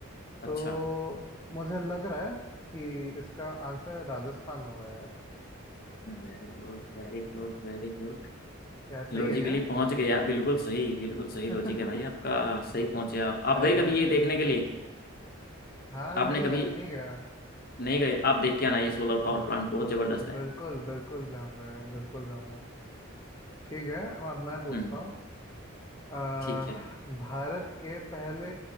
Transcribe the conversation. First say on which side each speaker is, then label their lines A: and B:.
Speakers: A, on the left (about 45°); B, on the left (about 15°).
A: अच्छा
B: तो मुझे लग रहा है कि इसका आंसर राजस्थान होगा यार
A: Very good very good very good
B: क्या सही
A: Logically
B: है क्या
A: पहुंच गए आप बिल्कुल सही बिल्कुल सही
B: <laughs> अरे
A: लॉजिक है भाई आपका सही पहुंचे आप आप
B: अरे
A: गए कभी
B: अरे
A: ये देखने के लिए
B: हाँ
A: आपने
B: नहीं
A: कभी
B: यार नहीं गया
A: नहीं गए आप देख के आना ये सोलर पावर
B: ना
A: प्लांट बहुत जबरदस्त है
B: बिल्कुल बिल्कुल जाऊंगा यार बिल्कुल जाऊंगा ठीक है अब मैं पूछता
A: हम्म
B: हूँ अह,
A: ठीक है
B: भारत के पहले